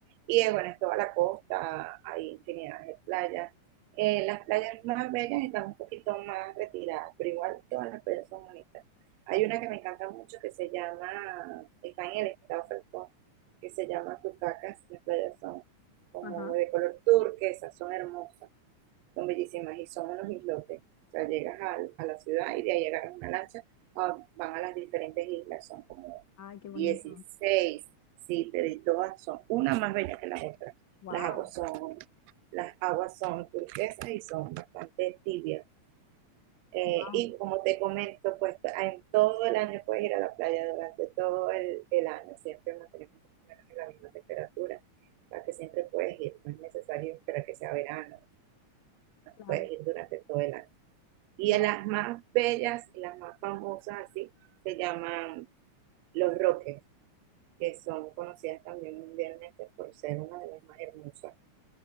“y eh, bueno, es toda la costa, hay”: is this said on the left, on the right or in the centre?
Right